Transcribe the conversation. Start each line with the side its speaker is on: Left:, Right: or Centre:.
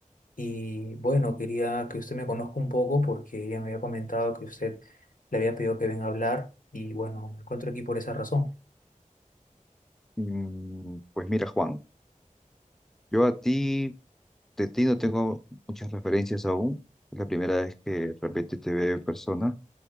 Left: y bueno, quería que usted me conozca un poco porque ella me había comentado que usted le había pedido que venga a hablar y bueno, me encuentro aquí por esa razón.
Centre: Mm, Pues mira, Juan, yo a ti, de ti no tengo muchas referencias aún. Es la primera vez que realmente te veo en persona.